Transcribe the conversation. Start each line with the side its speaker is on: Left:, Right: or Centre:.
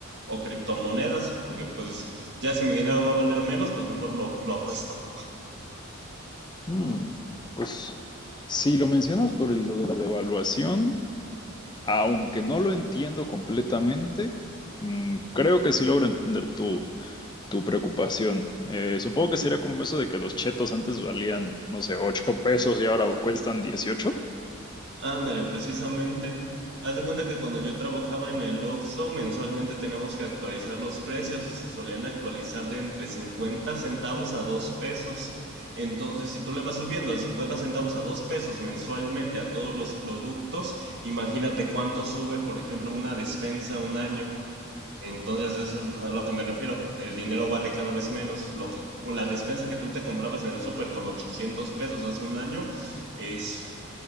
Right: o criptomonedas, porque pues ya si mi dinero va a valer menos, pues mejor lo, lo apuesto.
Left: Mm, Pues si lo mencionas por el- lo de la devaluación, aunque no lo entiendo completamente, mm, creo que sí logro entender tu, tu preocupación. Eh, supongo que sería como eso de que los chetos antes valían, no sé, 8 pesos y ahora cuestan 18.
Right: Ándale, precisamente. Haz de cuenta que cuando yo trabajaba en el Oxxo, mensualmente teníamos que actualizar los precios y se solían actualizar de entre 50 centavos a 2 pesos. Entonces, si tú le vas subiendo de 50 centavos a 2 pesos mensualmente a todos los productos, imagínate cuánto sube, por ejemplo, una despensa un año. Entonces, eso es a lo que me refiero. El dinero vale cada vez menos. Lo que, la despensa que tú te comprabas en el súper con 800 pesos hace un año es